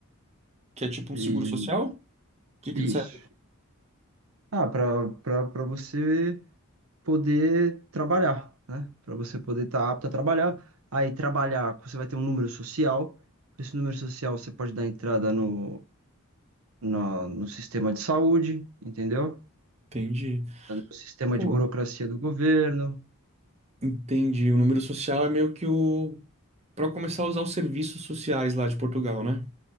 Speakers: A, on the right (about 30°); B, on the right (about 75°).
A: que é tipo
B: E
A: um seguro social. O que que
B: isso.
A: ele serve?
B: Ah, pra para para você poder trabalhar, né? Pra você poder estar apto a trabalhar. Aí trabalhar, você vai ter um número social. Com Esse número social você pode dar entrada no, na- no sistema de saúde, entendeu?
A: Entendi.
B: o sistema
A: Pô,
B: de burocracia do governo.
A: entendi. O número social é meio que o Pra começar a usar os serviços sociais lá de Portugal, né?